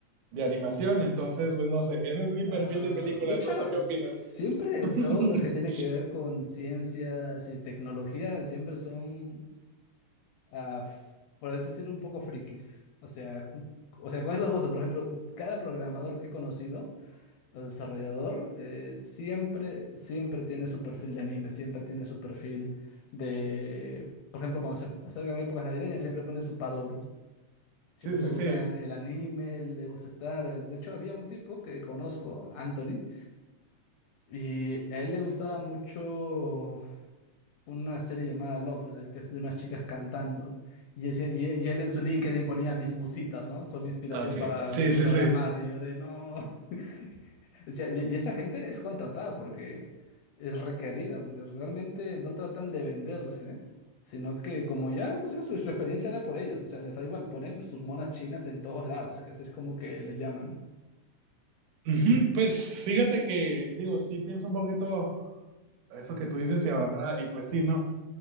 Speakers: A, on the right; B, on the left.
A: de animación, entonces, pues no sé, ese es mi
B: Ah,
A: perfil de películas,
B: de hecho,
A: no sé qué opinas.
B: siempre
A: <laughs>
B: todo lo que tiene que ver con ciencias y tecnología siempre son ah, f- por así decirlo, un poco frikis. O sea, cu- o sea, con esos gustos, por ejemplo, cada programador que he conocido, o desarrollador, eh, siempre, siempre tiene su perfil de anime, siempre tiene su perfil de, por ejemplo, cuando se acercan épocas navideñas, siempre ponen su Padoru. Siempre
A: Sí, sí,
B: le gusta
A: sí.
B: el anime, le gusta estar. De hecho, había un tipo que conozco, Anthony, y a él le gustaba mucho una serie llamada Love Live, que es de unas chicas cantando. Y, ese- y- y él en su LinkedIn ponía mis musitas, ¿no? Son mi inspiración
A: Ok.
B: para
A: Sí, sí,
B: programar.
A: sí.
B: Y yo de no. <laughs> O sea, y, y esa gente es contratada porque es requerida, porque realmente no tratan de venderse, sino que como ya, pues ya su, su experiencia era por ellos. O sea, les da igual, ponen sus monas chinas en todos lados, que así es como que les llaman.
A: Ujú, Pues fíjate que, digo, sí pienso un poquito eso que tú dices y ahora, y pues sí, ¿no?